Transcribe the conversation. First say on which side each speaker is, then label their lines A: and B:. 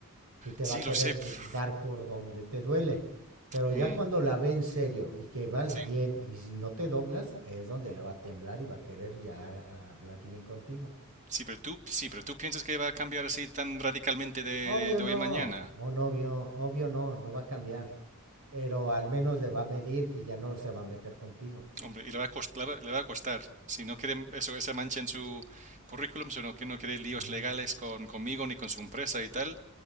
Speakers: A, on the right (about 75°); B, on the right (about 35°).
A: y te
B: Sí,
A: va a
B: lo
A: querer
B: sé. pf,
A: dar por donde te duele. Pero
B: mm,
A: ya cuando la ve en serio y que vas
B: sí,
A: bien y si no te doblas, es donde le va a temblar y va a querer ya a- hablar bien contigo.
B: sí, pero tú, sí, pero tú piensas que va a cambiar así tan radicalmente de,
A: Obvio
B: de
A: no,
B: hoy a mañana.
A: o no obvio obvio no, no va a cambiar, pero al menos le va a medir y ya no se va a meter contigo.
B: Hombre, y le va a cost- le va, le va a costar. Si no quiere eso, esa mancha en su currículum, si no, que no quiere líos
A: Ujú,
B: legales con, conmigo ni con su empresa y tal,